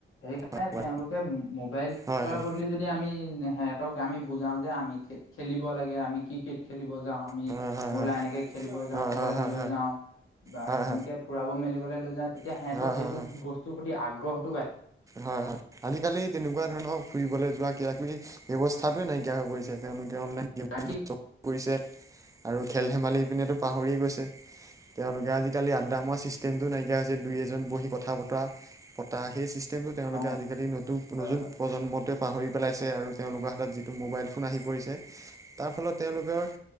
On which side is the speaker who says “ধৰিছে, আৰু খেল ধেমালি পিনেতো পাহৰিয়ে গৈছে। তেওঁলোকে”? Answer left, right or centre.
Right